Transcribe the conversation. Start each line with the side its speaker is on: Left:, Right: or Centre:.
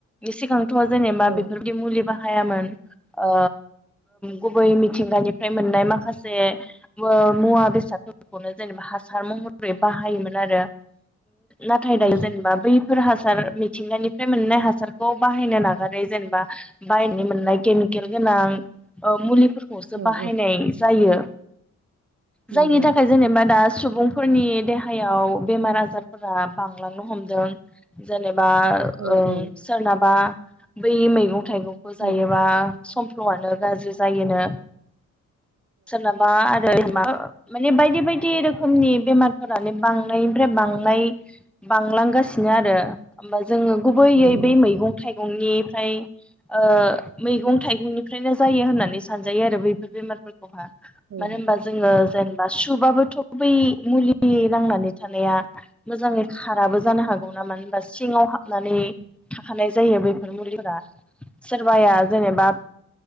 Centre: सिंगानि समाव जेनेबा
Right: औ
Centre: बेफोरबायदि मुलि बाहा हायामोन ओ गुबै मिथिंगानि फ्राय मोननाय माखासे ओ मुवा बेसादफोरखौनो जेनेबा हासार महरै बाहायोमोन आरो। नाथाय
Right: औ
Centre: दायो जेनेबा बैफोर हासार मिथिंगानिफ्राय मोननाय हासारखौ बाहायनो नागारै जेनेबा बायनो मोननाय केमिकेल गोनां ओ मुलि फोरखौसो
Right: औ
Centre: बाहायनाय
Right: औ
Centre: जायो।
Right: नंगौ
Centre: जायनि थाखाय जेनेबा दा सुबुंफोरनि देहायाव बेमार आजारफोरा बांलांनो हमदों, जेने बा
Right: औ
Centre: ओं
Right: औ उम
Centre: सोरनाबा बै मैगं थाइगंखौ जायोबा
Right: औ
Centre: समफ्ल'आनो गाज्रि जायोनो। सोरनाबा आरो मा माने बायदि बायदि रोखोमनि बेमारफोरानो बांनायनिफ्राय बांनाय बांलांगासिनो आरो जोङो गुबैयै
Right: नंगौ
Centre: बै मैगं थाइगं मैगंनिफ्राय आ मैगं थाइगंनिफ्रायनो जायो होननानै सानजायो आरो बेफोर बेमारफोरखौ। मानो
Right: औ नंगौ औ
Centre: होनबा जोङो जेनेबा सुबाबोथ' गुबै मुलि नांनानै थानाया मोजाङै खाराबो जानो हागौ ना मानो होमबा सिङाव हाबनानै थाखानाय जायो बेफोर मुलिफोरा। सोरबाया जेनेबा